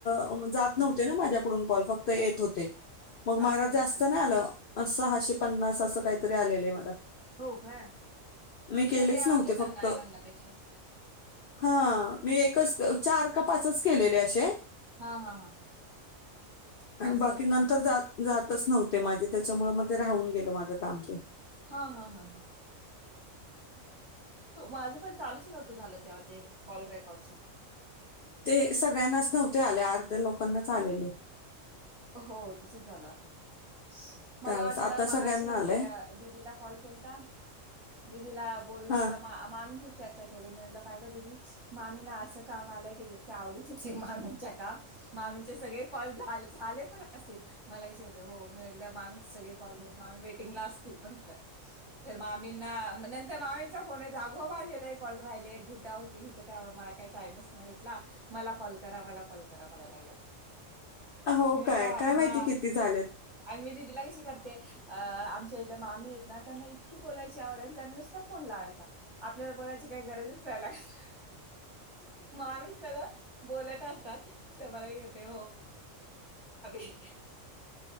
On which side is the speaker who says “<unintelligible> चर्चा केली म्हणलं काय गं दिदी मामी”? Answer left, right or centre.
Right